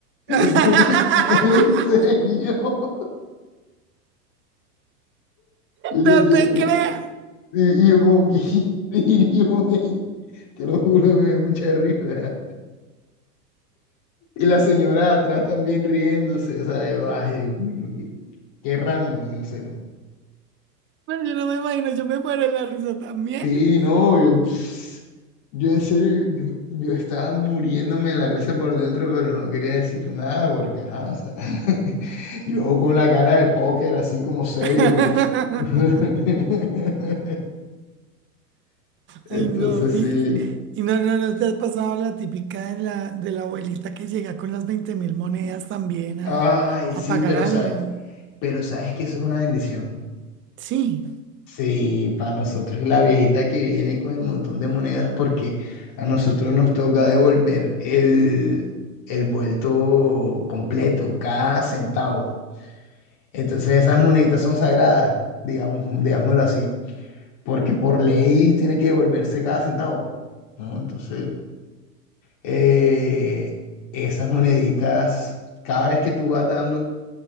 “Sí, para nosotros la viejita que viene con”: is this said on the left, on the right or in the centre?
Left